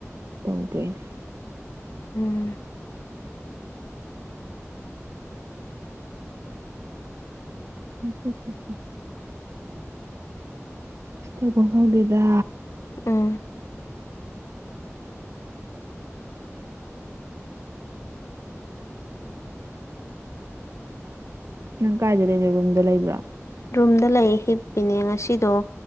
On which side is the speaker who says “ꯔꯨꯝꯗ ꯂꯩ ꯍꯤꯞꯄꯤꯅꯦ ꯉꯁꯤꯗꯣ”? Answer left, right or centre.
Left